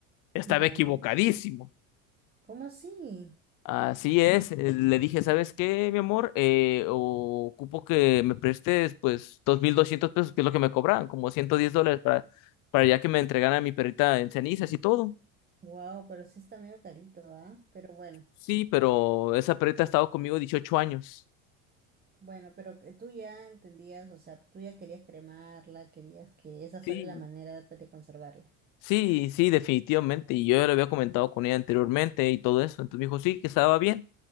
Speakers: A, on the left; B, on the right.
A: Estaba
B: vale.
A: equivocadísimo.
B: ¿Cómo así?
A: Así es, eh, le dije, ¿sabes qué, mi amor? Eh, ocupo que me prestes pues 2.200 pesos, que es lo que me cobraban, como 110 dólares para, para ya que me entregaran a mi perrita en cenizas y todo.
B: Wow, pero sí está medio carito, ¿ah? Pero bueno,
A: Sí, pero esa perrita ha estado conmigo 18 años.
B: bueno, pero que tú ya entendías, o sea, tú ya querías cremarla, querías que esa
A: Sí,
B: fuera la manera de, de conservarla.
A: Sí, sí, definitivamente. Y yo ya lo había comentado con ella anteriormente y todo eso. Entonces me dijo, sí, que estaba bien.